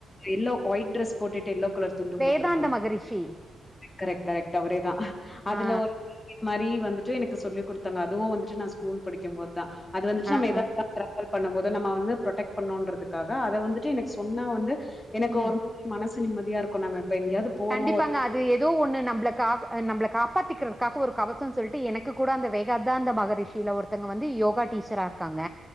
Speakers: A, on the left; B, in the centre.
A: எல்லோ ஒயிட் ட்ரெஸ் போட்டுட்டு எல்லோ கலர் துண்டு
B: வேதாந்த
A: போட்ருப்பாரு
B: மகரிஷி
A: கரெட் கரெக்ட் அவரே தா அதுல
B: ஆ
A: ஒரு மாரி வந்துட்டு எனக்கு சொல்லிக் குடுத்தாங்க அதுவு வந்துட்டு நா ஸ்கூல் படிக்கும்மோது தா அது வந்துட்டு நம்ம
B: அ அ
A: <unintelligible> பண்ணும் போது நம்ம வந்து ப்ரொடெக்ட் பண்ணுன்றதுக்காக அத வந்துட்டு எனக்கு சொன்னா வந்து எனக்கு
B: ம்
A: ஒரு மாரி மனசு நிம்மதியா இருக்கும் நம்ம இப்ப எங்கேயாவது போறோ
B: கண்டிப்பாங்க அது ஏதோ ஒண்ணு நம்மள கா நம்மள காப்பாத்தி இருக்காக ஒரு கவசம் சொல்லிட்டு எனக்கு கூட அந்த வேகாத்தாந்த மகரிஷியில ஒருத்தங்க வந்து யோகா டீச்சரா இருக்காங்க